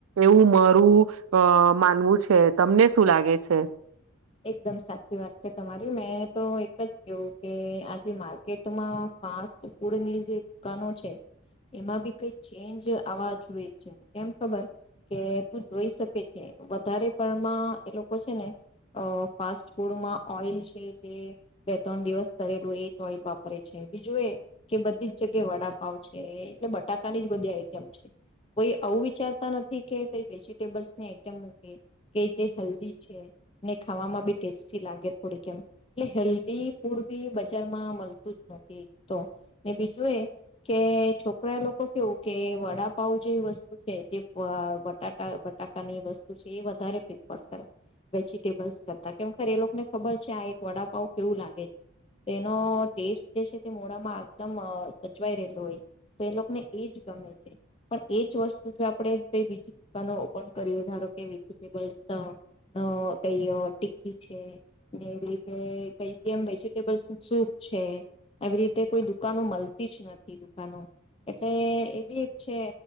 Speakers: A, on the right; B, on the left.
A: એવું મારું અ માનવું છે તમને શું લાગે છે.
B: એકદમ સાચી વાત છે તમારી મેં તો એક જ કેવું કે આજે માર્કેટમાં ફાસ્ટ ફૂડની જે દુકાનો છે, એમાં બી કઈ ચેન્જ આવવા જોઈએ છે કેમ ખબર, કે તું જોઈ શકે છે વધારે પણમાં એ લોકો છે ને. અ ફાસ્ટ ફૂડમાં ઓઈલ છે જે બે ત્રણ દિવસ કરેલું એ જ ઓઈલ વાપરે છે બીજું એ કે બધી જ જગ્યા વડાપાવ છે એટલે બટાકાની જ બધી આઈટમ છે, કોઈ આવું વિચારતા નથી કે કઈ વેજીિટેબલ્સ ની આઈટમ મૂકે, કે જે હેલ્ધ છે. ને ખાવામાં બી ટેસ્ટી લાગે થોડીક એમ, એટલે હેલ્ધી ફૂડ બી બજારમાં મળતું જ નથી એક તો, ને બીજું એ, કે છોકરા એ લોકો કેવું કે વડાપાવ જે વસ્તુ છે જે બટા બટાકાની વસ્તુ છે એ વધારે પ્રેફર કરે. વેજીિટેબલ્સ કરતા કેખર એ લોકોને ખબર છે આ એક વડાપાવ કેવું લાગે છે, તો એનો ટેસ્ટ જે છે તે મોડામાં એકદમ સચવાઈ રહેલો હોય, તો એ લોકોને એજ ગમે છે, પણ એજ વસ્તુ જો આપણે ક બીજી દુકાનો ઓપન કરી ધારો કે વેજીિટેબલ્સ. અ કઈ ટીકી છે ને એવી રીતે કઈ બી એમ વેજીિટેબલ્સ સૂપ છે, આવી રીતે કોઈ દુકાનો મળતી જ નથી દુકાનો, એટલે એવી એક છે